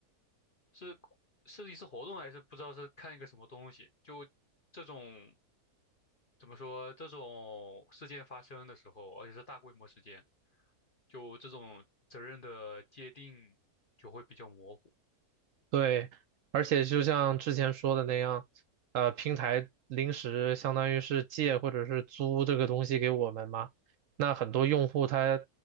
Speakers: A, on the left; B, on the right.
A: 是是一次活动还是不知道是看一个什么东西？就这种怎么说，这种事件发生的时候，而且是大规模事件，就这种责任的界定就会比较模糊。
B: 对，而且就像之前说的那样，呃，平台临时相当于是借或者是租这个东西给我们嘛，那很多用户他